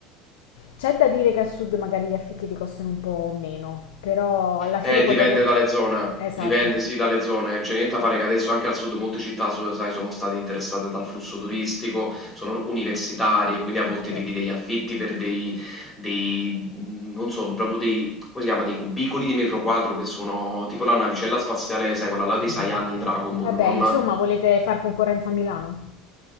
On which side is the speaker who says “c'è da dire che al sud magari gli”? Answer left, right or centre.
Left